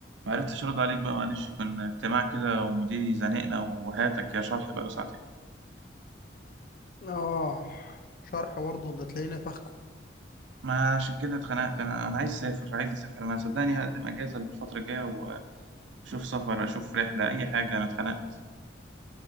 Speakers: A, on the right (about 80°); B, on the left (about 45°).
A: ما عرفتش ارد عليك بقى معلش كان اجتماع كده ومديري زنقنا وهاتك يا شرح بقى له ساعتين
B: اه شرح برضه ده تلاقينا فخكه
A: ما عشان كده اتخنقت انا انا عايز اسافر عايز اسافر انا صدقني هقدم اجازه الفتره الجايه واشوف سفر اشوف رحله اي حاجه انا اتخنقت